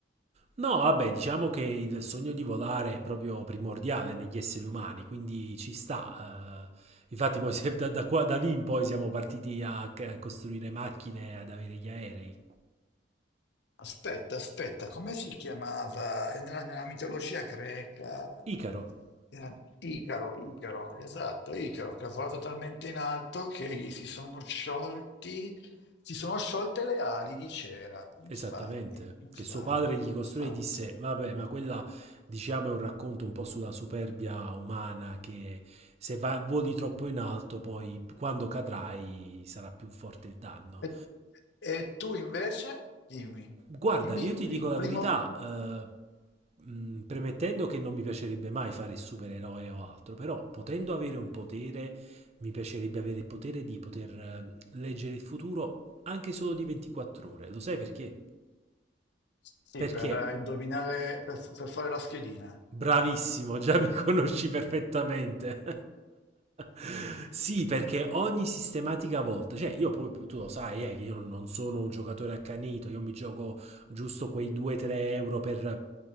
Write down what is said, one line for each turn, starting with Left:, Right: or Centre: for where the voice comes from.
Right: No, vabbè, diciamo che il sogno di volare è proprio primordiale negli esseri umani, quindi ci sta. eh. infatti, poi se- da, da qua- da lì in poi siamo partiti a, c- a costruire macchine, ad avere gli aerei.
Left: Aspetta, aspetta, come si chiamava? È Nella, nella mitologia greca
Right: Icaro,
Left: era Icaro, Icaro, esatto, Icaro, che ha volato talmente in alto che gli si sono sciolti, si sono sciolte le ali di cera. Infatti,
Right: esattamente,
Left: infatti,
Right: che suo padre gli costruì
Left: infatti.
Right: e disse: Vabbè, ma quella diciamo è un racconto un po' sulla superbia umana che se va- voli troppo in alto, poi quando cadrai sarà più forte il danno.
Left: E, e tu invece, dimmi,
Right: Guarda,
Left: dimmi
Right: io
Left: il
Right: ti dico la
Left: primo,
Right: verità, eh, mh, premettendo che non mi piacerebbe mai fare il supereroe o altro, però potendo avere un potere, mi piacerebbe avere il potere di poter eh, leggere il futuro anche solo di 24 ore. Lo sai perché?
Left: sì,
Right: Perché
Left: per eh, indovinare, per, per fare la schedina.
Right: Bravissimo, già mi conosci perfettamente. <laughs> Sì, perché ogni sistematica volta, cioè io poi tu lo sai, eh, che io non sono un giocatore accanito, io mi gioco giusto quei 2-3 euro per